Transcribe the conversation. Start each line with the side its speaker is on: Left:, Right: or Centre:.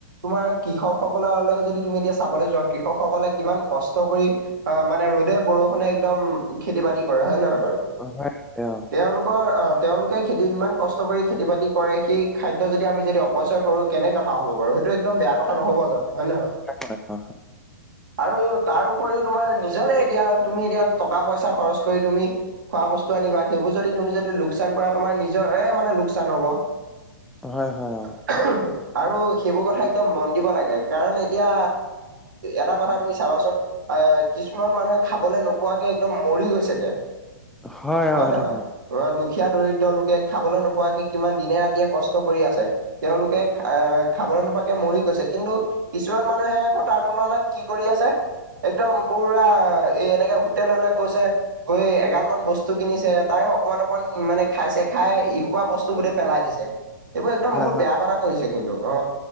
Right: তোমাৰ কৃষকসকললৈ যদি তুমি এতিয়া চাবলৈ যোৱা কৃষকসকলে কিমান কষ্ট কৰি। অ' মানে ৰ'দে বৰষুণে একদম খেতি বাতি কৰে হয়ে নহয় বাৰু?
Centre: হয় অ'।
Right: তেওঁলোকৰ তেওঁলোকে খেতি ইমান কষ্ট কৰি খেতি বাতি কৰে সেই খাদ্য যদি আমি যদি অপ অপচয় কৰোঁ কেনে কথা হ'ব বাৰু, সেইটো একদম বেয়া কথা নহ'ব জানোঁ হয় নে নহয়?
Centre: হয় অ
Right: আৰু তাৰ উপৰিও তোমাৰ নিজৰে এতিয়া তুমি এতিয়া টকা পইচা খৰচ কৰি তুমি। খোৱা বস্তু আনিবা সেইবোৰ যদি তুমি যদি লোকচান কৰা, তোমাৰ নিজৰহে মানে লোকচান হ'ব।
Centre: হয়, হয়। অ'।
Right: <inaudible> আৰু সেইবোৰ কথা একদম মন দিব লাগে কাৰণ এতিয়া এটা কথা তুমি চাবাচোন। অ' কিছুমান মানুহে খাবলৈ নোপোৱাকে একদম মৰি গৈছেগে।
Centre: অ
Right: হয়
Centre: অ সেইটো
Right: নে নহয়? দুখীয়া দৰিদ্ৰ লোকে খাবলৈ নোপোৱাকে কিমান দিনে ৰাতিয়ে কষ কৰি আছে তেওঁলোকে খ-খাবলৈ নোপোৱাকে মৰি গৈছে কিন্তু। কিছুমান মানুহে আকৌ তাৰ তুলনাত কি কৰি আছে। একদম পুৰা এ, এনেকে হোটেললৈ গৈছে। গৈ এগাল মান বস্তু কিনিছে তাৰে অকমান অকমান মানে খাইছে খাই ইসোপা বস্তু গোটেই পেলাই দিছে। এইবোৰ একদম
Centre: হয়
Right: বহুত
Centre: হয়
Right: বেয়া কথা কৈছে কিন্তু অ'